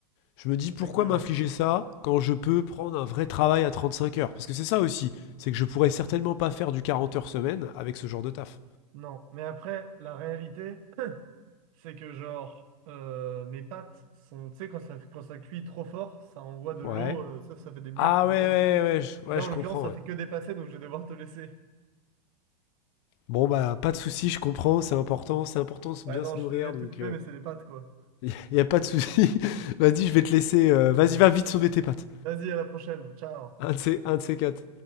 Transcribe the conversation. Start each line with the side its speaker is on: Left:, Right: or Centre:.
Left: Je me dis:
Right: assez
Left: «Pourquoi
Right: cohérent.
Left: m'infliger ça quand je peux prendre un vrai travail à 35 heures?» parce que c'est ça aussi, c'est que je pourrais certainement pas faire du 40 heures semaine avec ce genre de taf.
Right: Non, mais après, la réalité. C'est que genre euh, mes pâtes sont, tu sais, quand ça, quand ça cuit trop fort, ça envoie de l'eau,
Left: Ouais.
Right: euh, ça, ça fait des bulles
Left: Ah
Right: qui dépassent
Left: ouais, ouais,
Right: de tout.
Left: ouais, je ouais,
Right: Et là,
Left: je
Right: en l'occurrence,
Left: comprends,
Right: ça
Left: ouais.
Right: fait que dépasser, donc je vais devoir te laisser.
Left: Bon, bah, pas de souci, je comprends, c'est important c'est important de
Right: Ouais,
Left: bien
Right: non,
Left: se
Right: je
Left: nourrir
Right: suis désolé de
Left: donc
Right: te couper, mais c'est les pâtes, quoi.
Left: il <laughs> y a pas de souci. <laughs> Vas-y, je vais te laisser, heu, vas-y, va vite sauver tes pattes.
Right: Vas-y, à la prochaine. Ciao.
Left: Un de ces un de ces 4.